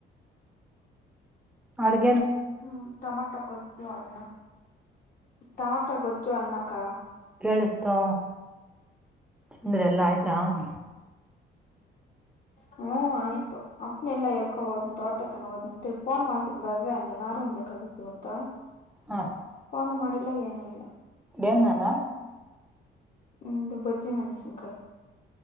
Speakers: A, in the centre; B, on the left (about 45°).
A: ಅಡಗೆ
B: ಹ್ಮ್ ಟೊಮೊಟೊ ಗೊಜ್ಜು ಅನ್ನ ಟೊಮೊಟೊ ಗೊಜ್ಜು ಅನ್ನ ಅಕ್ಕ
A: ಕೇಳಿಸ್ತೋ ಅಂದ್ರೆ ಎಲ್ಲಾ ಆಯ್ತು ಆಯ್ತ
B: ಹು ಆಯ್ತು ಅಪ್ನ ಎಲ್ಲ ಎಳ್ಕೊದ್ ತೋಟಕ್ಕೆ ಹೋನು ಫೋನ್ ಮಾಡ್ತೀ ಬರಿ ಅನ್ನುಹಾನ್ನಬೇಕಾಗಿತ್ತು ಐವತ್ತು
A: ಹಾ
B: ಫೋನು ಮಾಡಿ ಇಲ್ಲ ಏನು ಇಲ್ಲ
A: ಎನ್ನರ
B: ಹ್ಮ್ ಬಜ್ಜಿ ಮೆಣಸಿನಕಾಯಿ